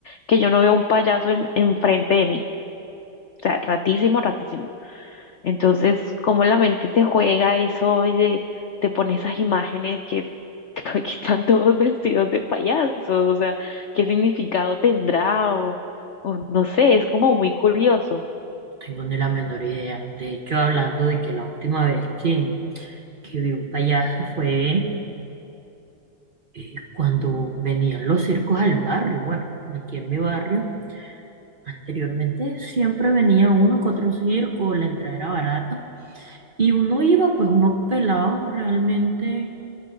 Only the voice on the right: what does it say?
No tengo ni la menor idea. De hecho, hablando de que la última vez que, que vi un payaso fue eh, cuando venían los circos al barrio. Bueno, aquí en mi barrio, anteriormente siempre venía uno que otro circo, la entrada era barata. Y uno iba, pues uno pelado realmente,